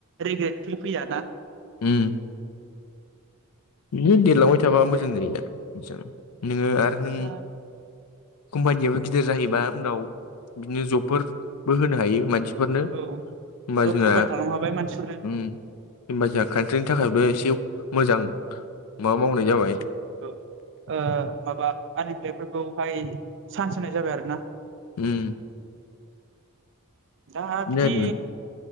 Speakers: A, on the right (about 60°); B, on the left (about 85°).
A: रिग्रेट फिल फैया ना?
B: उम बिनो देरलांबा थाबा मोजां जायो नोङो आर नों
A: आंहा
B: कम्पानियाबो गिदिर जाहैबा उनाव बिदिनो जबफोरबो होनो हायो मानसि फोरनो होमबा
A: औ जब
B: जोंहा
A: प्रभाइद खालाम हाबाय मानसिफोरनो
B: उम होनबा जोंहा कान्ट्रिनि थाखायबो एसे मोजां मा मावनाय जाबाय
A: औ माबा आन एप्लइफोरखौहाय चान्स होनाय जाबाय आरोना
B: उम
A: दा
B: बिदिनो
A: बिदि
B: आरो